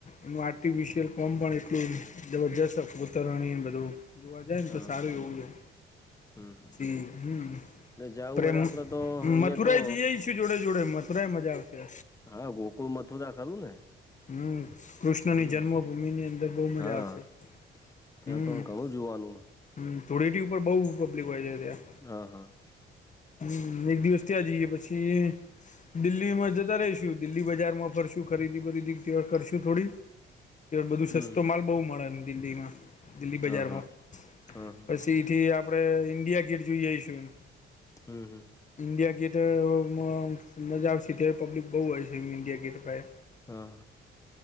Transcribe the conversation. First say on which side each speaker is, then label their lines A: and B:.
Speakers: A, on the left; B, on the left.
A: એનું આર્ટિફિશિયલ કોમ પણ એટલું જબરજસ્ત કોતરણી ને બધુ. જોવા જાય ને
B: હા
A: તો સારું એવું છ.
B: હમ હમ.
A: હમ
B: એટલે જવું
A: પ્રેમ
B: હોય તો આપડે તો અહિયાં
A: મથુરાઈ
B: તો
A: જઈઆઈ છ જોડે જોડે મથરા મજા આવશે.
B: હા ગોકુળ, મથુરા ખરું ને.
A: હમ કૃષ્ણની
B: હમ
A: જન્મભૂમિની અંદર બહુ મજા
B: હા
A: આવશે.
B: ત્યાં
A: હમ
B: પણ ઘણું જોવાનું હ.
A: હમ ધૂળેટી ઉપર બહુ પબ્લિક હોય છે ત્યાં.
B: હા હા.
A: હમ એક દિવસ ત્યાં જઈએ પછી દિલ્હી માં જતા રહીશું દિલ્હી બજારમાં ફરશું શુ ખરીદી બરીદી કરશું થોડી કે બધું
B: હમ
A: સસ્તો માલ બહુ મળે ને દિલ્હીમાં. દિલ્લી બજારમાં
B: હા હા હા હા
A: પછી થી આપડે ઇન્ડિયા ગેટ જોઈ આઈશું ન.
B: હમ હમ.
A: ઇન્ડિયા ગેટઅ મા મજા આવશે અત્યારે પબ્લિક બહુ હો છે ઇન્ડિયા ગેટ પાહે.
B: હા